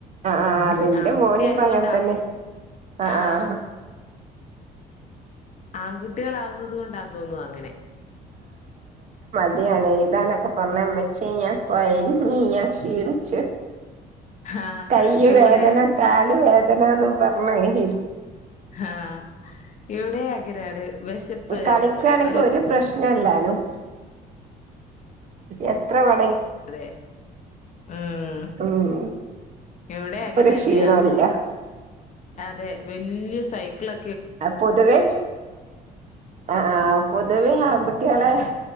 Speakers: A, on the right (about 45°); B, on the left (about 45°).
A: ആഹ്
B: മ് മ്
A: അതിന്റെ
B: ആൺകുട്ടിയായതുകൊണ്ടാവും
A: മോനിപ്പ അങ്ങനെ തന്നെ ആഹ്
B: ആഹ
A: ആഹ്
B: ആഗുട്ട കുട്ടികളാവുന്നത് കൊണ്ടാ തോന്നുന്നു അങ്ങനെ
A: എയാണ് എഴതാനൊക്കെ <unintelligible> വെച്ച് ഴിഞ്ഞാൽ <unintelligible> ക്ഷീണിച്ച്
B: ആഹ്
A: കൈ
B: ഇവിടെ
A: വേദന കാല് വേ <unintelligible> പറണ ഇഹ്
B: ആഹ ഇവിടെയും അങ്ങനെയാണ് വിശപ്പ്
A: കളിക്കാണെങ്കി
B: ഒരു
A: പ്രശ്നല്ലാനും എത്ര വ
B: അതെ മ്
A: ഉം
B: ഇവിടെ അങ്ങനെന്നയാ
A: ഒരു ക്ഷീണോല്ല
B: അതെ വലിയ സൈക്കിളൊ
A: ആ പൊതുവെ അ ആഹ് പൊതുവേ ആൺകുട്ടികളെ